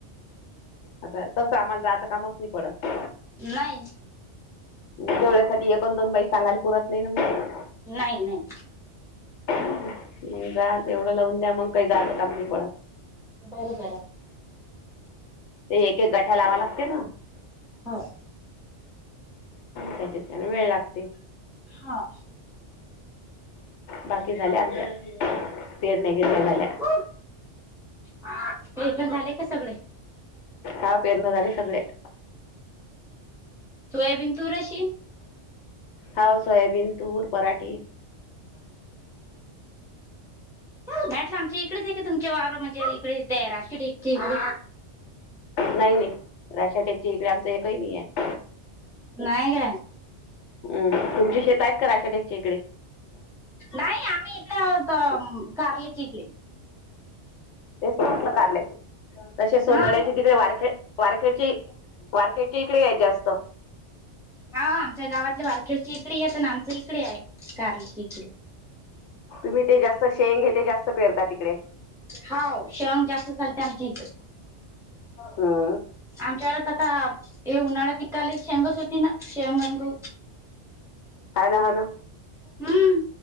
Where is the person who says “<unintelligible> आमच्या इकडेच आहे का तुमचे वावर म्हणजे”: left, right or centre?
Centre